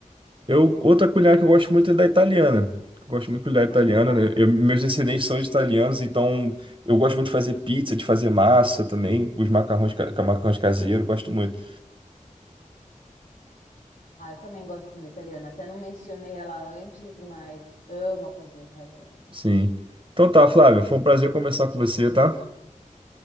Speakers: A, on the right; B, on the left.
A: Eu, outra culinária que eu gosto muito é da italiana. Eu gosto muito de culinária
B: A
A: italiana,
B: verdade.
A: né? Eu- meus descendentes são de italianos, então eu gosto muito de fazer pizza, de fazer massa também, os macarrões, ca- ca- macarrões caseiros, gosto muito.
B: Ah, eu também gosto da comida italiana. Até não mencionei ela antes, mas amo a cozinha italiana.
A: Sim. Então tá, Flávio, foi um prazer conversar com você, tá?